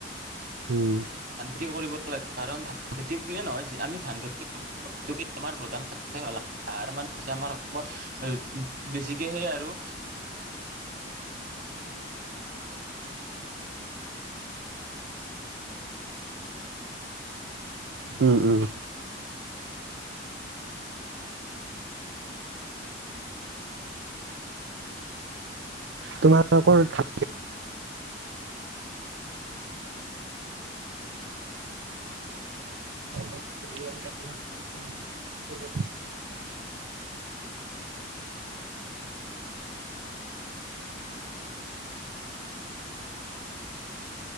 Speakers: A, on the right (about 75°); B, on the right (about 45°).
A: উম।
B: ধান খেতি কৰিব লাগে কাৰণ ধান খেতি বুলিয়ে নহয় যে আমি ধান খেতি <inaudible> আমাৰ প্ৰধান <inaudible> আমাৰ অসমত উ বেছিকে সে আৰু
A: উম উম। তোমালোকৰ খা <unintelligible>